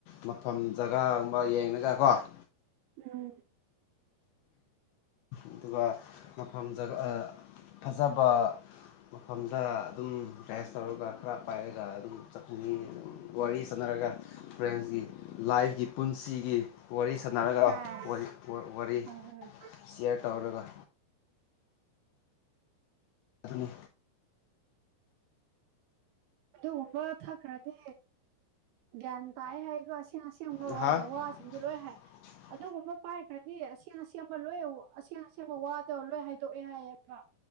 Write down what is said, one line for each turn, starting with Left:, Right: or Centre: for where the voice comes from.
Left: ꯃꯐꯝ ꯖꯒꯥꯒꯨꯝꯕ ꯌꯦꯡꯉꯒ ꯀꯣ <inaudible>
Right: ꯎꯝ
Left: ꯑꯗꯨꯒ ꯃꯐꯝ ꯖꯒꯥ ꯑ ꯐꯖꯕ ꯃꯐꯝꯗ ꯑꯗꯨꯝ ꯔꯦꯁ ꯇꯧꯔꯒ ꯈꯔ ꯄꯥꯏꯔꯒ ꯑꯗꯨꯝ ꯆꯠꯅꯤꯡꯉꯤ ꯑꯗꯨꯝ ꯋꯥꯔꯤ ꯁꯥꯟꯅꯔꯒ ꯐ꯭ꯔꯦꯟꯁꯀꯤ ꯂꯥꯏꯐꯀꯤ ꯄꯨꯟꯁꯤꯒꯤ ꯋꯥꯔꯤ ꯁꯥꯟꯅꯔꯒ
Right: ꯑꯁ
Left: ꯋꯥꯔꯤ ꯋꯥꯔꯤ
Right: ꯑ
Left: ꯁꯤꯌꯥꯔ ꯇꯥꯎꯔꯒ ꯑꯗꯨꯅꯤ
Right: ꯑꯗꯨꯒꯨꯝꯕ ꯊꯛꯈ꯭ꯔꯗꯤ ꯒ꯭ꯌꯥꯟ ꯇꯥꯏ ꯍꯥꯏꯒꯣ ꯑꯁꯦꯡ ꯑꯁꯦꯡ ꯕ
Left: ꯍꯥ
Right: ꯋꯥꯔ ꯋꯥꯁꯤꯡꯗꯣ ꯂꯣꯏ ꯍꯥꯏ
Left: <inaudible>
Right: ꯑꯗꯨꯒꯨꯝꯕ ꯄꯥꯏꯈ꯭ꯔꯗꯤ ꯑꯁꯦꯡ ꯑꯁꯦꯡꯕ ꯂꯣꯏ ꯑꯁꯦꯡ ꯑꯁꯦꯡꯕ ꯋꯥꯗꯣ ꯂꯣꯏ ꯍꯥꯏꯗꯣꯛꯑꯦ ꯍꯥꯏꯌꯦꯕ